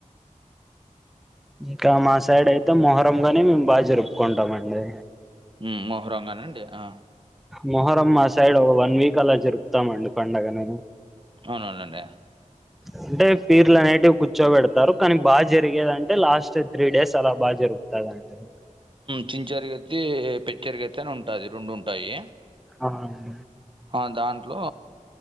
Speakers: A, in the centre; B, on the right (about 40°).
A: ఇంకా మా సైడ్ అయితే మొహరం గాని మేము బాగ జరుపుకుంటామండి
B: ఉమ్ మొహరంగానండి ఆ
A: మొహరం మా సైడ్ ఒక వన్ వీక్ అలా జరుపుతామండి పండగను
B: అవునవునండి
A: అంటే పీర్లు అనేటివి కూర్చోబెడతరు కనీ బాగా జరిగేదంటె లాస్ట్ త్రీ డేస్ అలా బాగా జరుపుతార్ కరక్టది
B: చించరిగత్తి పెచ్చరిగత్తి అని ఉంటాది రొండు ఉంటాయి
A: అహాహ
B: ఆ దాంట్లో